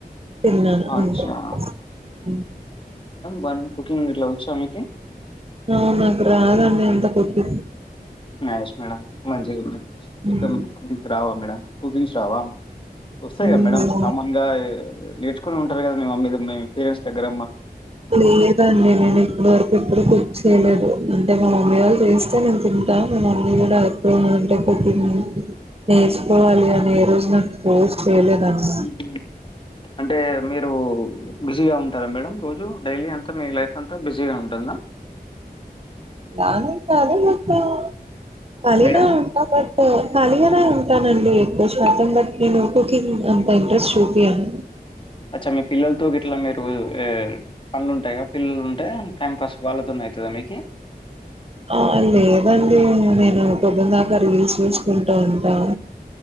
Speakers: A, on the right; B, on the left.
A: తిన్నాను
B: అచ్చా
A: అ
B: బం కుకింగ్ ఇట్లా వచ్చా మీకి
A: ఆ నాకు రాదు అన్న ఎంత కొతు
B: నైస్ మేడం మంచి
A: హ్మ్.
B: ఇక మీకు మేడం కుకింగ్స్ రావా వస్తయిగా
A: హుహు.
B: మేడమ్ కామన్గా నేర్చుకునే వుంటారు కద మీ మమ్మీ మీ పేరంట్స్ దగర
A: లేదండి నేను ఇప్పటి వరకు ఎప్పుడు కుక్చ్చేయలేదు అంటే మా మమ్మీ వాళ్ళు చేస్తే నేను తింటా మా మమ్మీ గూడా ఎప్పుడు అంటే కుకింగ్ నేర్చుకోవాలి అని ఏ రోజు నా ఫోర్స్ చెయ్యలేదండి
B: హుహు. అంటే మీరు బిజీగా ఉంటారా మేడం రోజు డైలీ అంతా మీ లైఫ్ అంతా బిజీగా దా
A: దాని కాదు వ కాలిగా
B: మేడం
A: ఉంటా బట్ పర్లే నే ఉంటానండి ఎక్కువ శాతం బట్టి నేను కుకింగ్ అంత ఇంట్రెస్ట్ చూపియ్యను
B: అచ మీ పిల్లల్తో గిట్ల మీరు పనులు ఉంటాయి గ పిల్లలుంటె టైం పాస్ వాళ్ళతోన్నయితద మీకి
A: ఆ లేదండి నేను పొద్దందాక రీల్స్ జూసుకుంటూ ఉంటా